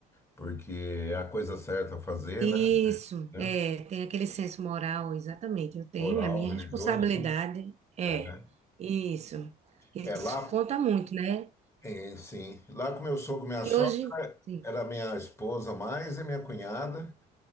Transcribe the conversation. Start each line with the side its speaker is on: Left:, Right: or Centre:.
Left: porque é a coisa certa a fazer,
Right: isso.
Left: né? É.
Right: É, tem aquele senso moral, exatamente. Eu tenho,
Left: Moral,
Right: é a minha
Left: religioso,
Right: responsabilidade.
Left: né?
Right: É,
Left: É,
Right: isso. Isso
Left: É, lá,
Right: conta muito, né?
Left: é, sim. Lá com meu sogro, minha
Right: Que
Left: sogra,
Right: hoje, sim.
Left: era minha esposa mais e minha cunhada,